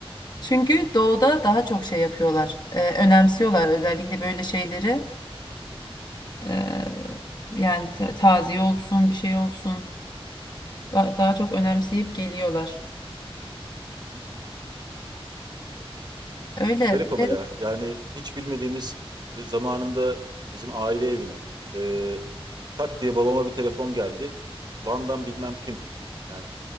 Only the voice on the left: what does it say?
Çünkü doğuda daha çok şey yapıyorlar. Ee, önemsiyorlar özellikle böyle şeyleri. Ee, yani ta- taziye olsun, bir şey olsun. Da- daha çok önemseyip geliyorlar.
Öyle.
E,